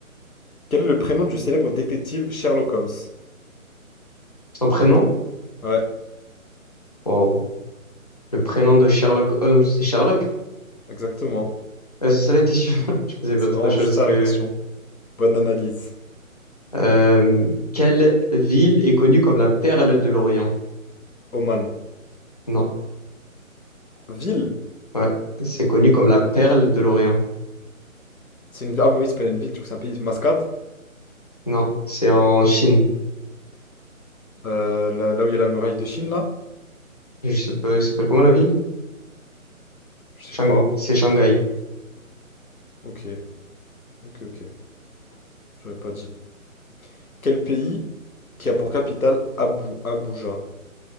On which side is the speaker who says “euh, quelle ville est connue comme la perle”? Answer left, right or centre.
Left